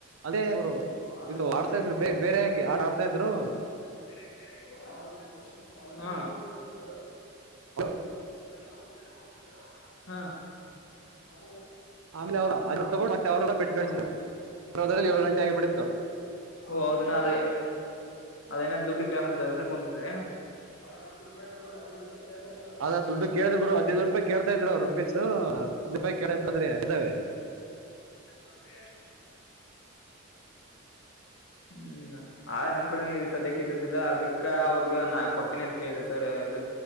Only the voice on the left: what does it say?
ಲೆೇಲೆ ಒ
ಬೇರೆ
ಬೇರೆ ಬೇರೆ
ಕಟ್ಟ ಹಾ ಹೌ
ಓ ಹೌದ್ ಅದೇ ಅದೇನ ದುಡ್ಡು ಕೇಳಕೊ ಅದಕ್ಕೆ ಕುತಿದ್ರ ಏ ಹ ನೀ ಕ ಕ
ೆ ಹ್ಮ್ ಆದೆ ನಮ್ ಕಡೆ ಇದು ಸದ್ಯಕ್ಕೆ ಇದ್ದುದಿಲ್ಲ ಅದಕ್ಕೆ ಅಕ್ಕ ಅವ್ರಿಗ ನಾ ಕೊಡ್ತೀನಿ ಅಂತ ಹೇಳಿದೆ ಸರ್ ಇ